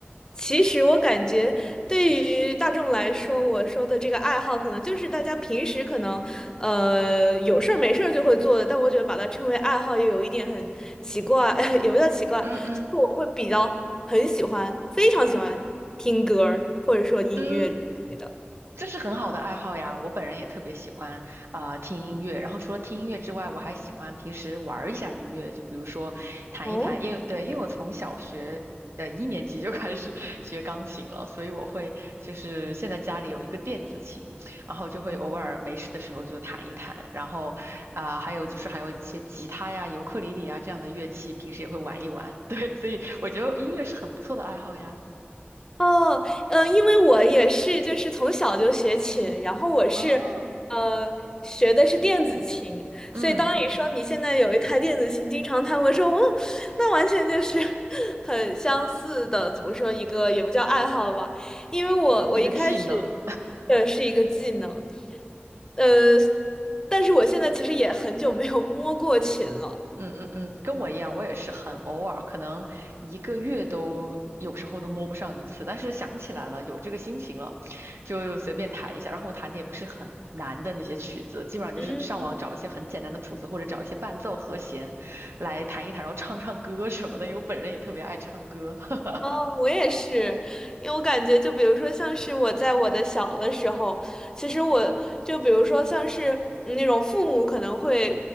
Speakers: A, on the left (about 15°); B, on the right (about 85°).
A: 其实我感觉对于大众来说，我说的这个爱好，可能就是大家平时可能呃有事儿没事儿就会做的，但我觉得把它称为爱好，也有一点很奇怪，<laughs> 也不叫奇怪，
B: 嗯嗯
A: 就是我会比较很喜欢，非常喜欢听歌儿或者说音乐之类的。
B: 嗯。这是很好的爱好呀，我本人也特别喜欢啊、呃听音乐，然后除了听音乐之外，我还喜欢平时玩儿一下音乐，就比如说弹一弹，
A: 哦
B: 因为对，因为我从小学的一年级就开始 <laughs> 学钢琴了，所以我会就是现在家里有一个电子琴，然后就会偶尔没事的时候就弹一弹，然后啊、还有就是还有一些吉他呀、尤克里里啊这样的乐器，平时也会玩一玩，<laughs> 对，所以我觉得音乐是很不错的爱好呀。
A: 哦，嗯，因为我也是，就是从小就学琴，然后我是，
B: 哦，
A: 呃，学的是电子琴，
B: 嗯，
A: 所以当你说你现在有一台电子琴，经常弹，我说，哦，那完全就是 <laughs> 很相似的，怎么说一个也不叫爱好吧，因为我我一开始
B: 一个技能。
A: 的是一个技能，呃，但是我现在其实也很久没有摸过琴了，
B: 嗯嗯嗯，跟我一样，我也是很偶尔，可能一个月都有时候都摸不上一次，但是想起来了，有这个心情了，就随便弹一下。然后我弹的也不是很难的那些曲子，基本上就是上网找一些很简单的谱子，
A: 嗯。
B: 或者找一些伴奏和弦来弹一弹，然后唱唱歌什么的，因为我本人也特别爱唱歌。<laughs>
A: 哦，我也是，因为我感觉，就比如说，像是我在我的小的时候，其实我就比如说，像是嗯那种父母可能会，